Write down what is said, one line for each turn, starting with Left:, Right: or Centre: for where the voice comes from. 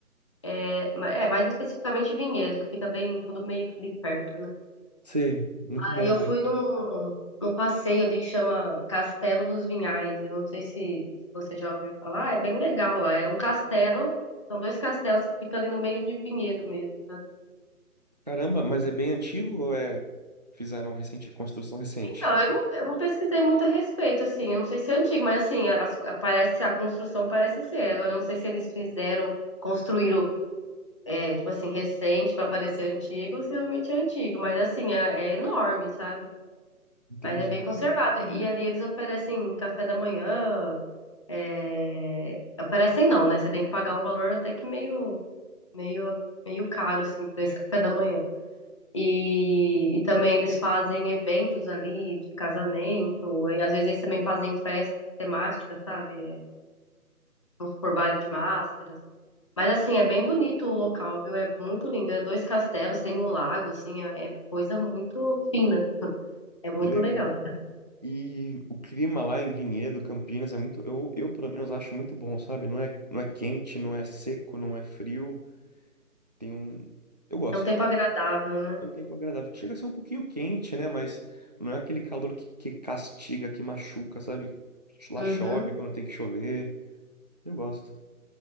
Left: É, ma- é, mais especificamente Vinhedo, que fica bem, tudo meio que ali perto, né?
Right: Sei, muito
Left: Aí
Right: bom.
Left: eu fui num, num passeio ali que chama Castelo dos Vinhais. Eu não sei se, se você já ouviu falar, é bem legal lá. É um castelo, são dois castelos que ficam ali no meio de vinhedo mesmo, sabe?
Right: Caramba, mas é bem antigo ou é fizeram recente, construção recente?
Left: Então, eu não, eu não pesquisei muito a respeito, assim. Eu não sei se é antigo, mas assim, as- a, parece, a construção parece ser. Agora, eu não sei se eles fizeram, construíram, é, tipo assim, recente para parecer antigo, ou se realmente é antigo. Mas assim, é, é enorme, sabe?
Right: Entendi.
Left: Mas é bem conservado. E ali eles oferecem café da manhã. É, Oferecem não, né? Você tem que pagar um valor até que meio, meio, meio caro, assim, pra esse café da manhã. E, e também eles fazem eventos ali de casamento, e às vezes eles também fazem festas temáticas, sabe? É, vamos supor, baile de máscaras. Mas assim, é bem bonito o local, viu? É muito lindo. É dois castelos, tem um lago, assim, é, é coisa muito fina. É muito
Right: Que legal.
Left: legal.
Right: E o clima lá em Vinhedo, Campinas, é muito, eu, eu pelo menos acho muito bom, sabe? Não é, não é quente, não é seco, não é frio. Tem um, eu gosto.
Left: É um tempo agradável, né?
Right: É um tempo agradável. Chega a ser um pouquinho quente, né? Mas não é aquele calor que, que castiga, que machuca, sabe? Lá
Left: Uhum.
Right: chove quando tem que chover. Eu gosto.